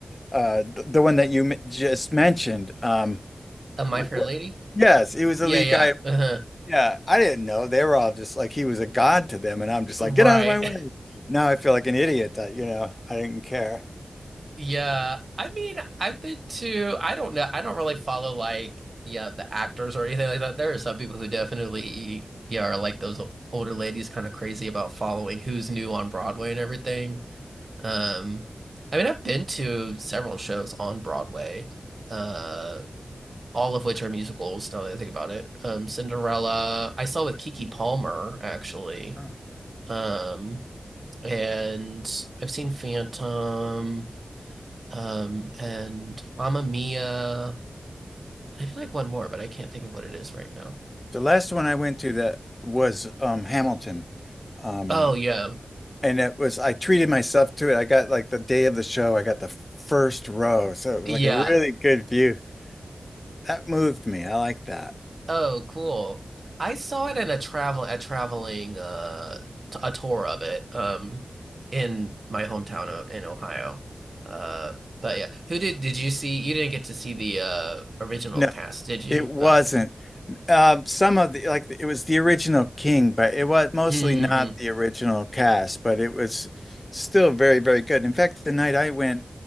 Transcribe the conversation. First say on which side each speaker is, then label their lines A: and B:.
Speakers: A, on the left; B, on the right.
A: uh th- the one that you m just mentioned. Um,
B: A My
A: w-
B: Fair Lady?
A: yes, he was
B: Yeah,
A: the lead
B: yeah.
A: guy.
B: Uh-huh.
A: Yeah, I didn't know they were all just like he was a god to them, and I'm just
B: Right.
A: like, "Get out of my way!"
B: <laughs>
A: Now I feel like an idiot that you know I didn't care.
B: Yeah. I mean, I've been to, I don't know, I don't really follow like, yeah, the actors or anything like that. There are some people who definitely, yeah, are like those older ladies kind of crazy about following who's new on Broadway and everything. Um, I mean, I've been to several shows on Broadway, uh, all of which are musicals now that I think about it. Um, Cinderella, I saw with Kiki Palmer actually.
A: Huh.
B: Um, and I've seen Phantom, um, and Mamma Mia. I feel like one more, but I can't think of what it is right now.
A: The last one I went to that was um Hamilton. Um
B: Oh yeah,
A: and it was I treated myself to it. I got like the day of the show, I got the first row. So it was
B: yeah.
A: like a really good view. That moved me. I like that.
B: Oh, cool. I saw it in a travel a traveling uh t- a tour of it um in my hometown o- in Ohio. Uh, but yeah, who did did you see? You didn't get to see the uh original
A: No,
B: cast, did you?
A: it wasn't.
B: Okay.
A: Um, some of the like it was the original King, but it was mostly
B: Mm-hmm.
A: not the original cast, but it was still very, very good. In fact, the night I went,